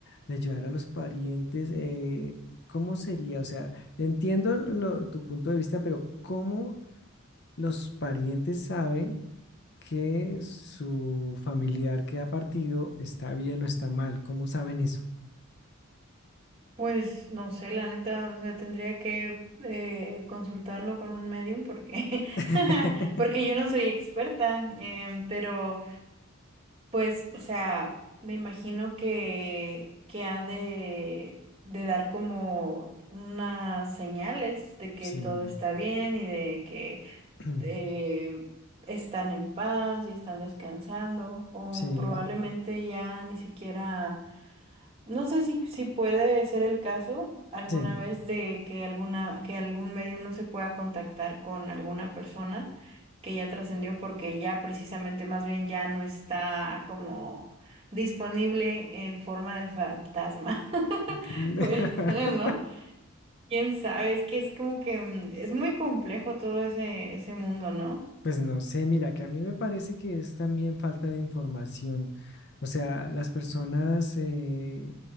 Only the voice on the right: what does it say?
Pues no sé, la neta, o sea, tendría que eh, consultarlo con un medium porque,
<laughs> porque yo no soy experta, em, pero Pues, o sea, me imagino que, que ha de, de dar como unas señales de que
todo está bien y de que
eh, están en paz y están descansando, o
probablemente ya ni siquiera no sé si, si puede ser el caso alguna
vez de que alguna, que algún medium no se pueda contactar con alguna persona que ya trascendió porque ya precisamente más bien ya no está como disponible en forma de fantasma. <laughs>
Puede ser, ¿no? Quién sabe, es que es como que mm, es muy complejo todo ese, ese mundo, ¿no?